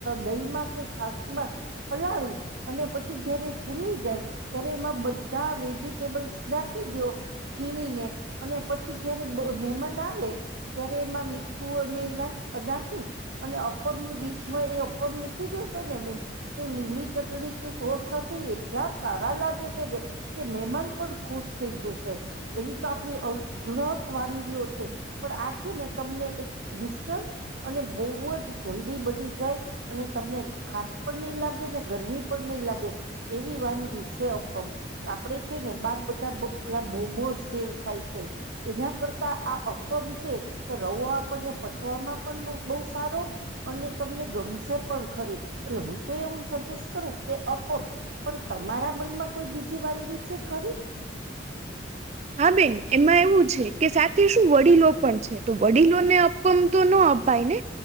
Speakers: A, on the right; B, on the right.
A: દહીમાં કે છાસ માં પલાળી અને પછી જયારે ફૂલી જાય ત્યારે એમાં બધા વેજીટેબલ્સને ખીદયો છીણીને અને પછી જયારે મેમાન આવે ત્યારે એમાં મીઠું અને નાખ નાખી અને અપમ ડીશ હ એ અપમ મૂકી દેેશો ને બેન તો લીલી ચટણી કે સોસ સાથે એટલા સારા લા <unintelligible> કે મેમાન પણ ખુશ થઈ જશે એવી તો આપણી અઢળક વાન ગીઓ છે, પણ આ છે, ને તમને એક ઇન્સ્ટન્ટ અને બહુ જ જલ્દી બની જાય અને તમને થાક પણ નહી લાગે ને ગરમી પણ નહી લાગે એવી વાનગી છે. અપમ આપણે છે, ને બાર બધા બ મોસનેવું ખાય છે, એના કરતા આ અપમ છે, તો રવો આપણને પચવામાં પણ બવ સારો અને તમને ગમશે પણ ખરી એટલે હું તો એવું સજેસ્ટ કરું કે અપમ પણ તમારા મનમાં કોઈ બીજી વાનગી છે ખરી?
B: <inaudible> <unintelligible> હા બેન એમાં એવું છે, સાથે શું વડીલો પણ છે, તો વડીલોને અપમ તો નો અપાઈ ને